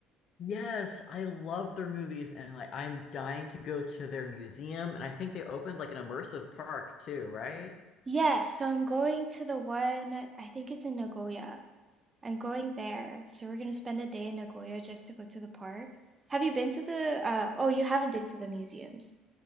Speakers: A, on the left; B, on the right.
A: Yes, I love their movies and like I'm dying to go to their museum and I think they opened like an immersive park too, right?
B: Yes, so I'm going to the one, I think it's in Nagoya. I'm going there. So we're gonna spend a day in Nagoya just to go to the park. Have you been to the uh oh, you haven't been to the museums.